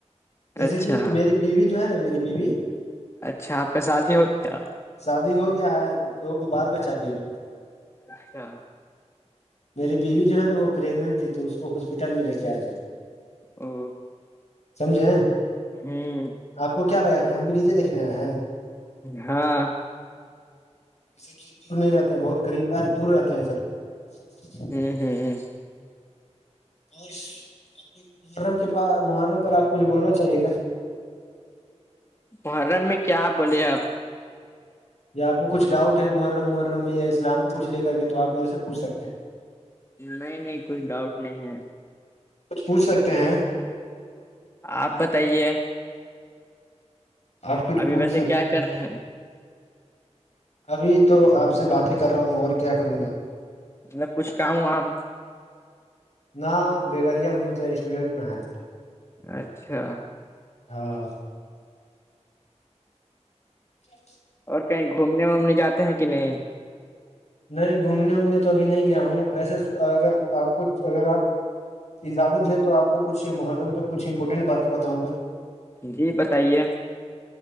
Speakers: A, on the left (about 65°); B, on the left (about 25°).
A: جیسے
B: اچھا
A: کہ میری بیوی جو ہے نا میری بیوی
B: اچھا آپ کا شادی ہو کیایا
A: شادی ہو گیا ہے لوگوں کو بال بچا بھی ہم نے
B: اچھا
A: میری بیوی جو ہے نا وہ پریگنٹ تھی تو اس کو ہاسپٹل میں لے کے آ گئے
B: او
A: سمجھیں ہیں
B: ہوں
A: آپ کو کیا لگا کہ ہم بھی ڈی جے دیکنے آئے ہیں
B: ہاں
A: یہ سب سے دور نہیں رہتے ہیں بہت قریب آج دور رہتے ہیں یہ سب
B: ہوں ہوں ہوں
A: اور محرم کے پاس محرم پر آپ کوھ بولنا چاہیے گا
B: محرم میں کیا بولیے اب
A: یا آپ کو کچھ ڈاؤٹ ہے محرم محرم میں یا اسلام کو کچھ لے کر کے تو آپ میرے سے پوھ سکتے ہیں
B: نہیں نہیں کچھ ڈاؤٹ نہیں ہے
A: کچھ پوچھ سکتے ہیں
B: آپ بتائیے
A: آپ کچھ
B: ابھی
A: پوچھ
B: ویسے
A: سکتے
B: کیا
A: ہیں
B: کر رہے
A: ابھی تو آپ سے بات ہی کر رہا ہوں اور کیا کروں گا
B: مطلب کچھ کام وم
A: نہ بیگڑیا گھومتے اسٹوڈینٹ نہ ہے
B: اچھا
A: ہاں ج
B: اور کہیں گھومنے وومنے جاتے ہیں کہ نہیں
A: نہیں گھومنے وومنے تو ابھی نہیں گیا ہوں ایسے اگر آپ کچھ اگر آپ اجازت دے تو آپ کو کچھ محرم پہ کچھ امپورٹنٹ باتیں بتاؤں گا
B: جی بتائیے